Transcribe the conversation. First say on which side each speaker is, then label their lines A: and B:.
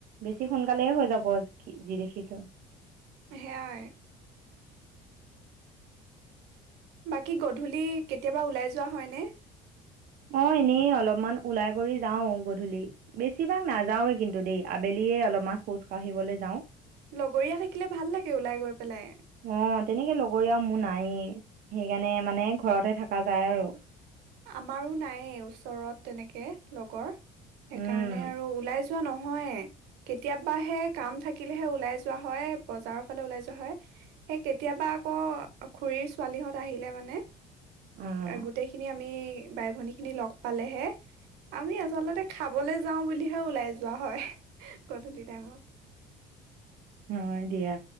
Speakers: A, on the right; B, on the right.
A: বেছি সোনকালে হৈ যাব কি যি দেখিছো।
B: সেয়াই। বাকী গধূলি কেতিয়াবা ওলাই যোৱা হয়নে?
A: অ', এনেই অলপমান ওলাই কৰি যাও গধূলি, বেছিভাগ নাযাওৱে কিন্তু দেই, আবেলিয়ে অলপমান খোজ কাঢ়িবলৈ যাওঁ।
B: লগৰীয়া থাকিলে ভাল লাগে ওলাই গৈ পেলাই।
A: অ', তেনেকে লগৰীয়া মোৰ নায়েই, সেইকাৰণে মানে ঘৰতে থকা যায় আৰু।
B: আমাৰো নাইয়ে, ওচৰত তেনেকে লগৰ। সেইকাৰণে
A: অঁ
B: আৰু ওলাই যো যোৱা নহয়ে, কেতিয়াবাহে কাম থাকিলেহে ওলাই যোৱা হয়, বজাৰৰ ফালে ওলাই যোৱা হয়। সেই কেতিয়াবা আকৌ খুৰীৰ ছোৱালীহঁত আহিলে মানে।
A: অঁ
B: গোটেইখিনি আমি বাই ভনী খিনি লগ পালেহে। আমি আচলতে খাবলে যাওঁ বুলিহে ওলাই যোৱা হয়। গধূলি টাইমত
A: হয় দিয়া।